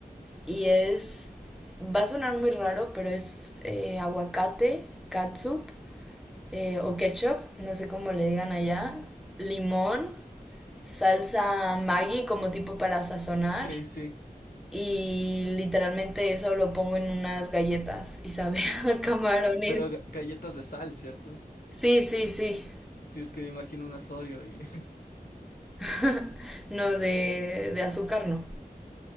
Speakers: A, in the centre; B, on the left.
A: Y es, va a sonar muy raro, pero es eh, aguacate, catsup eh, o ketchup, no sé cómo le digan allá, limón. salsa Maggi como tipo para sazonar
B: Sí, sí,
A: y literalmente eso lo pongo en unas galletas y sabe <laughs> a camarones.
B: pero ga- galletas de sal, ¿cierto?
A: Sí, sí, sí.
B: Sí, es que me imagino un asorio y, <laughs>
A: <laughs> No, de, de azúcar no.